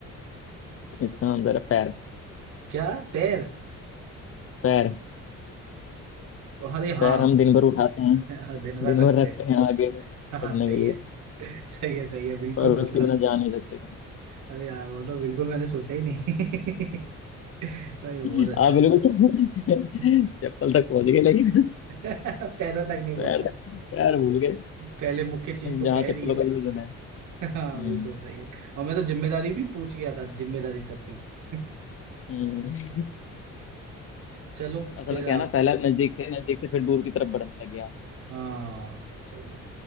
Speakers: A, on the left (about 50°); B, on the right (about 80°).
A: इसका आंसर है पैर
B: क्या पैर
A: पैर
B: अरे हाँ
A: पैर हम दिन भर उठाते हैं
B: <laughs> दिन भर
A: दिन
B: रखते
A: भर रखते
B: हैं
A: हैं आगे
B: हाँ हाँ,
A: पढ़ने
B: सही
A: के लिए
B: है <laughs> सही है सही है बिल्कुल
A: पर
B: मतलब
A: उसके बिना जा नहीं सकते
B: अरे यार मतलब बिल्कुल मैंने सोचा ही नहीं <laughs> नहीं, ये बहुत
A: कहीं
B: अच्छा
A: आप बिल्कुल
B: है
A: चप्पल
B: <laughs>
A: चप्पल तक पहुंच गए लेकिन
B: <laughs> पैरों तक नहीं पहुंचा
A: पैर पैर भूल गए
B: पहले मुख्य चीज तो
A: जहाँ
B: पैर
A: चप्पलों
B: ही है
A: का यूज होना है
B: <laughs> हाँ
A: हम्म
B: बिल्कुल सही है और मैं तो जिम्मेदारी भी पूछ गया था जिम्मेदारी तक भी <laughs>
A: हम्म।
B: चलो
A: असल
B: फिर
A: में क्या
B: आप
A: है ना पहले आप नजदीक थे नजदीक से फिर दूर की तरफ बढ़ने लगे आप
B: हाँ सही है